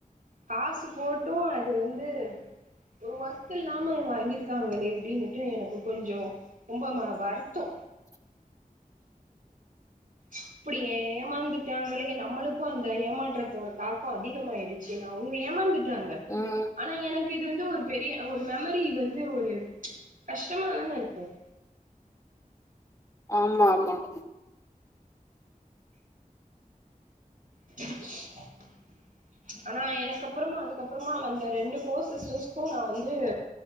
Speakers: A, on the right (about 70°); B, on the left (about 20°).
A: காசு போட்டு அது வந்து ஒரு ஒர்த் இல்லாம இவுங்க வாங்கியிருக்காங்களே அப்டின்னுட்டு எனக்கு கொஞ்சோ ரொம்ப ம வருத்தோ இப்புடி ஏமாந்துட்டாங்களே நம்மளுக்கு அந்த ஏமாற்றத்தோட தாக்கோ அதிகமாயிருச்சு நா அவுங்க ஏமாந்துட் டாங்க
B: ம்
A: ஆனா எனக்கு இது வந்து ஒரு பெரிய ஒரு மெமரி வந்து ஒரு கஷ்டமாதான இருக்கும்
B: ஆமா ஆமா <unintelligible>
A: <inaudible> ஆனா எனக்குப்பறமா அதுக்கப்பறமா வந்த ரெண்டு கோர்சஸ்கும் நா வந்து